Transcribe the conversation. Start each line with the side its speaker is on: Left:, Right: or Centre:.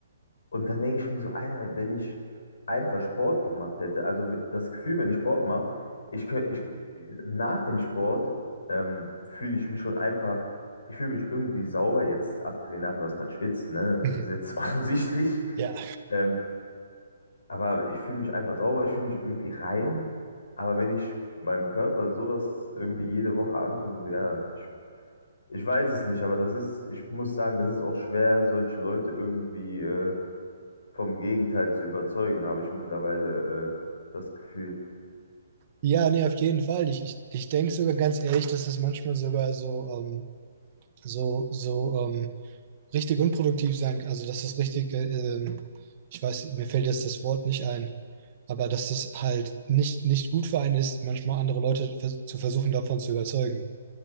Left: und dann denke ich mir so, Alter, wenn ich einfach Sport gemacht hätte, also das Gefühl, wenn ich Sport mache, ich könnte, ich, nach dem Sport ähm, fühle ich mich schon einfach, ich fühle mich irgendwie sauber, jetzt abgesehen davon, dass man schwitzt, ne?
Right: mhm.
Left: Das ist jetzt <laughs> offensichtlich.
Right: Ja.
Left: Ähm, aber ich fühle mich einfach sauber, ich fühle mich irgendwie rein. Aber wenn ich meinem Körper sowas irgendwie jede Woche antue, so, ja, ich, ich weiß es nicht, aber das ist, ich muss sagen, das ist auch schwer, solche Leute irgendwie äh, vom Gegenteil zu überzeugen, habe ich mittlerweile äh, das Gefühl.
Right: Ja, nee, auf jeden Fall. Ich, ich, ich denke sogar ganz ehrlich, dass das manchmal sogar so, ähm, so, so ähm, richtig unproduktiv sein kann. Also, dass das richtig, äh, ähm, ich weiß, mir fällt jetzt das Wort nicht ein, aber dass das halt nicht, nicht gut für einen ist, manchmal andere Leute vers zu versuchen, davon zu überzeugen.